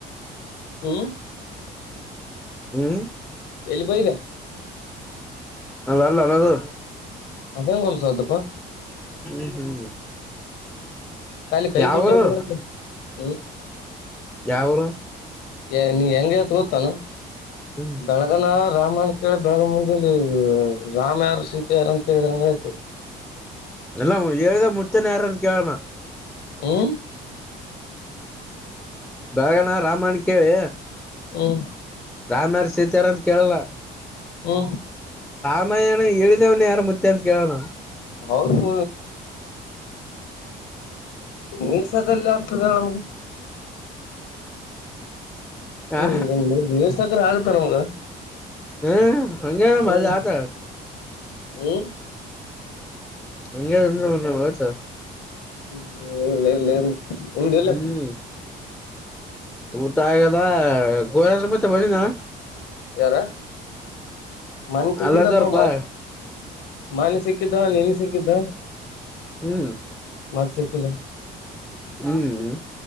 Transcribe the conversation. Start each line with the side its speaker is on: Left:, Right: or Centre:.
Left: ಹ್ಮ
Centre: ಹ್ಮ್
Left: ಎಲ್ಲಿಗೋಗಿದ್ದೆ?
Centre: ಅ ಅಲ್ಲ ಅದು
Left: ಅದ್ ಹೆಂಗ ಹೊಲ್ಸದಪ್ಪ?
Centre: ಹ್ಮ್ ಹ್ಮ್
Left: ಕಾಲ ಕೈ
Centre: ಯಾವರು
Left: ಕೋಟರ್ <unintelligible> ಹ್ಮ್
Centre: ಯಾವೂರ?
Left: ಏ ನೀ ಹೆಂಗ್ಯಾತ್ ಗೊತ್ತಾನ
Centre: ಹ್ಮ್
Left: ಬೆಳಗಾನ ರಾಮನ್ ಕೇಳ ಬೆಳಗ ಮುಂಜಲ್ಲಿ ರಾಮ ಯಾರ್ ಸೀತೆ ಯಾರ್ ಅಂತ ಕೇಳ್ದಂಗ ಆಯ್ತ.
Centre: ಎಲ್ಲ ಎಳಿದಾ ಮುಂಚ್ಚನ ಯಾರನ ಕೇಳ್ಣ.
Left: ಹ್ಮ
Centre: ಬೆಳಗ್ಯಾನ ರಾಮಯ್ಣ್ ಕೇಳಿ-
Left: ಹ್ಮ್
Centre: ರಾಮ್ಯಾರ ಸೇತ್ಯಾರ ಅಂತ ಕೇಳಲ್ಲ.
Left: ಹ್ಮು
Centre: ಅಣ ಹೇಳಿದವನ ಯಾರು ಮುಂಚ್ ಅಂತ ಕೇಳಣ.
Left: ಹೌದು ನಿಲ್ಸಕಲ್ಲ ಆಗ್ತದ ನಮ್ಗೆ. ಹ್ಮ್
Centre: ಆ
Left: ನಿ ನೀರ್ ಸಕ್ಕರೆ ಹಾಳತ್ತ ನಮ್ಗ?
Centre: ಹ್ಮ ಹಂಗೇನು
Left: ಹ್ಮ್
Centre: ಮ ಆತ
Left: <inaudible>
Centre: <unintelligible> ಹಂಗಂದ ವಟ
Left: ಹ್ಮ್ಮ ಇರ್ಲ ಇರ್ಲ ಹೇಳು ಉಂಡ್ಯಲ್ಲ?
Centre: ಹ್ಮ್ ಊಟ ಆಗದ <unintelligible> ಮತ್ತೆ ಬಂದಿದ್ನ?
Left: ಯಾರ ಮನ್ ಸಿಗಿದ್ನಪ್ಪ.
Centre: ಅಲ್ಲದವರಪಾ
Left: ಮೊನ್ ಸಿಕ್ಕಿದ್ದ ನೆನ್ ಸಿಕ್ಕಿದ್ದ.
Centre: ಹ್ಮ್
Left: ಮತ್ಸಿಕ್ಕಿಲ್ಲ.
Centre: ಹ್ಮ್